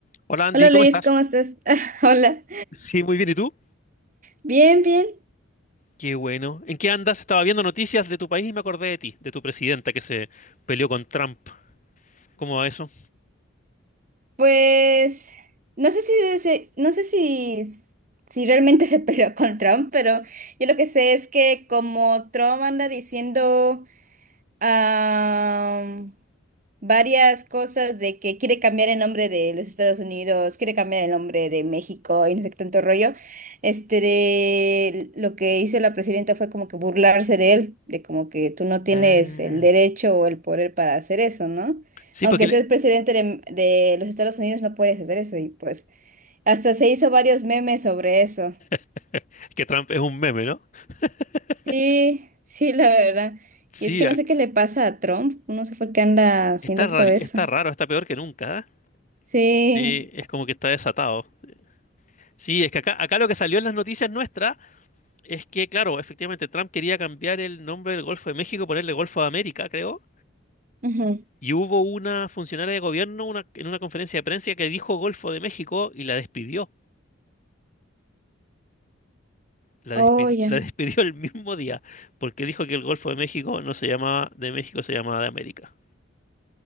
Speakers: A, on the left; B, on the right.
A: Hola Andy,
B: Hola
A: ¿cómo
B: Luis,
A: estás?
B: ¿cómo estás? <laughs> Hola.
A: Sí, muy bien, ¿y tú?
B: Bien, bien.
A: Qué bueno. ¿En qué andas? Estaba viendo noticias de tu país y me acordé de ti, de tu presidenta que se peleó con Trump. ¿Cómo va eso?
B: Pues no sé si se- no sé si si realmente <laughs> se peleó con Trump, pero yo lo que sé es que como Trump anda diciendo am, varias cosas de que quiere cambiar el nombre de los Estados Unidos, quiere cambiar el nombre de México y no sé qué tanto rollo. Este de lo que hizo la presidenta fue como que burlarse de él, de como que tú no tienes
A: Ah,
B: el derecho o el poder para hacer eso, ¿no?
A: sí,
B: Aunque
A: porque le-
B: seas presidente de, de los Estados Unidos, no puedes hacer eso. Y pues hasta se hizo varios memes sobre eso.
A: <laughs> que Trump es un meme, ¿no? <laughs>
B: Sí, sí, la verdad.
A: Sí,
B: Y es que
A: ac-
B: no sé qué le pasa a Trump, no sé por qué anda haciendo
A: está rari-
B: todo eso.
A: está raro, está peor que nunca. ¿eh?
B: Sí.
A: Sí, es como que está desatado. Sí, es que acá, acá lo que salió en las noticias nuestras es que, claro, efectivamente Trump quería cambiar el nombre del Golfo de México, ponerle Golfo de América, creo.
B: ujú.
A: Y hubo una funcionaria de gobierno una- en una conferencia de prensa que dijo Golfo de México y la despidió. La
B: Oh,
A: despidi-
B: ya.
A: la despidió <laughs> el mismo día porque dijo que el Golfo de México no se llamaba de México, se llamaba de América.